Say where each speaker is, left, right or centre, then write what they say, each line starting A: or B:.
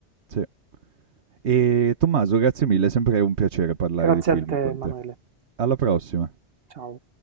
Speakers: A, on the right; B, on the right.
A: Sì. E Tommaso, grazie mille, è sempre un piacere parlare
B: Grazie
A: di film
B: a te,
A: con
B: Emanuele.
A: te. Alla prossima.
B: ciao